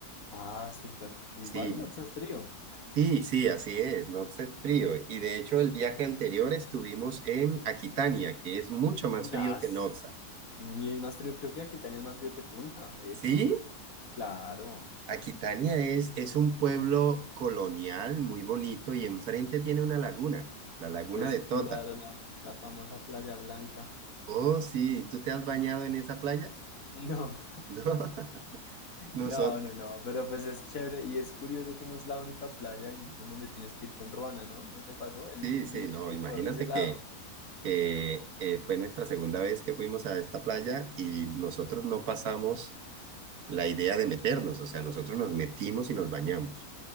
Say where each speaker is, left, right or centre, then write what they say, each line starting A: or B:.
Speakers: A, on the left (about 60°); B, on the right (about 75°).
A: Ah, súper. Igual,
B: Sí,
A: no, pues es frío.
B: sí, sí, así es, Nopsa es frío. Y de hecho el viaje anterior estuvimos en Aquitania, que es mucho más frío
A: Nah,
B: que
A: es-
B: Nopsa.
A: ni es más frío, creo que aquí también es más frío que Tunja, de
B: Sí,
A: hecho. Claro,
B: Aquitania es, es un pueblo colonial muy bonito y enfrente tiene una laguna, la laguna
A: pues
B: de Tota.
A: claro, la, la famosa Playa Blanca.
B: Oh, sí, ¿tú te has bañado en esa playa?
A: <laughs> No.
B: No, <laughs>
A: No,
B: nosotros,
A: no, no, pero pues es chévere y es curioso cómo es la única playa del mundo en donde tienes que ir con ruana, ¿no? ¿No te pasó? El
B: sí,
A: viento
B: sí, no,
A: que
B: imagínate
A: corre ese lado.
B: que, que eh, fue nuestra segunda vez que fuimos a esta playa y nosotros no pasamos la idea de meternos, o sea, nosotros nos metimos y nos bañamos,